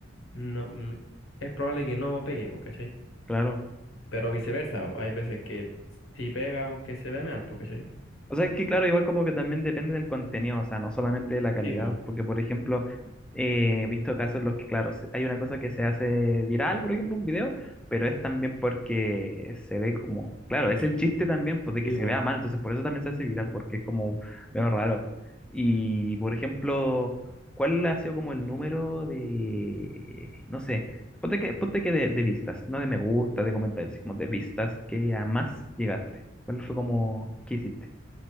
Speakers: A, on the left; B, in the centre.
A: no, mm, es probable que no pegue, pues, ¿cachai?
B: claro.
A: Pero viceversa, hay veces que sí pega aunque se ve mal, pues, ¿cachai?
B: O sea, es que claro, igual como que también depende del contenido, o sea, no solamente de la calidad,
A: Sí, pues.
B: porque por ejemplo, eh, he visto casos en los que, claro, se- hay una cosa que se hace viral, por ejemplo, un video, pero es también porque se ve como, claro, es el chiste también, pues de
A: Sí,
B: que se
A: po.
B: vea mal, entonces por eso también se hace viral, porque es como medio raro. Y por ejemplo, ¿cuál ha sido como el número de, no sé, ponte que, ponte que de, de vistas, no de me gusta, de comentarios, como de vistas que a más llegaste? ¿Cuál fue como, qué hiciste?